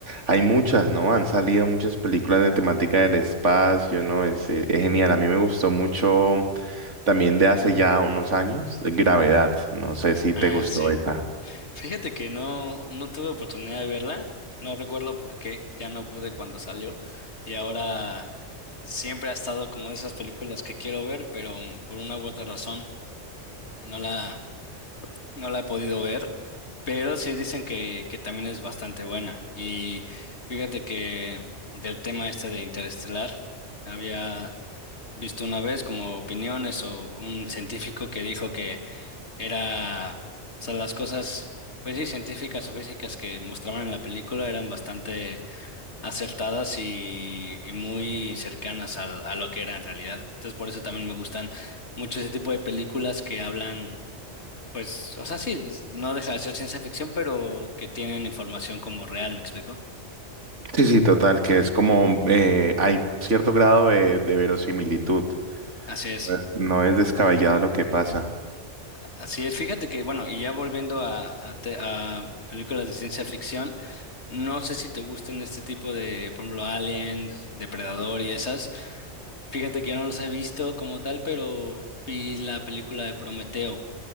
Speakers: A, on the right (about 80°); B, on the left (about 65°).
A: hay muchas, ¿no? Han salido muchas películas de temática del espacio, ¿no? Es, eh, es genial. A mí me gustó mucho también de hace ya unos años, de Gravedad. No sé si
B: Ah,
A: te gustó
B: sí.
A: esa.
B: Fíjate que no, no tuve oportunidad de verla. No recuerdo por qué. Ya no pude cuando salió. Y ahora siempre ha estado como de esas películas que quiero ver, pero mm, por una u otra razón no la, no la he podido ver. Pero sí dicen que, que también es bastante buena. Y fíjate que del tema este de Interestelar había. visto una vez como opiniones o un científico que dijo que era, o sea, las cosas, pues sí, científicas o físicas que mostraban en la película eran bastante acertadas y, y muy cercanas al- a, lo que era en realidad. Entonces, por eso también me gustan mucho ese tipo de películas que hablan, pues, o sea, sí, no deja de ser ciencia ficción, pero que tienen información como real, ¿me explico?
A: Sí, sí, total, que es como eh, hay cierto grado de, de verosimilitud.
B: Así es,
A: Eh, No es descabellado lo que pasa.
B: así es. Fíjate que, bueno, y ya volviendo a, a te- a películas de ciencia ficción, No sé si te gustan este tipo de, por ejemplo, Alien, Depredador y esas. Fíjate que yo no los he visto como tal, pero vi la película de Prometeo.